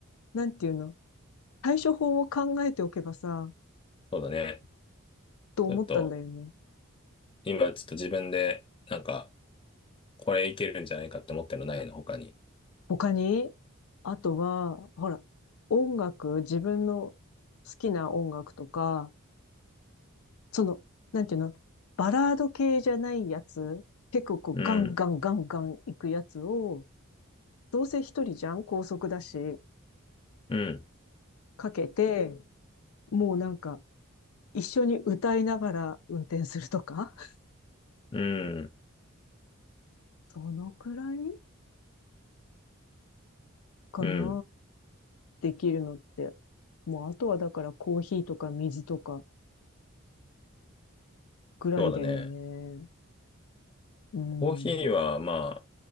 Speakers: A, on the left (about 85°); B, on the left (about 25°).
A: なんていうの対処法を考えておけばさ、
B: そうだね。
A: と思ったんだよね。
B: ちょっと、今ちょっと自分で、なんか、これいけるんじゃないかって思ってるのないの、他に。
A: 他にあとは、ほら、音楽、自分の好きな音楽とか、その、なんていうのバラード系じゃないやつ、結構こうガンガンガンガン行くやつを、
B: うん、
A: どうせ一人じゃん高速だし、
B: うん、
A: かけて、もうなんか、一緒に歌いながら運転するとか、<laughs>
B: うん、
A: そのくらいかな。
B: うん。
A: できるのって。もうあとはだからコーヒーとか水とかぐらいだよね。
B: そうだね。
A: うん。
B: コーヒーは、まあ、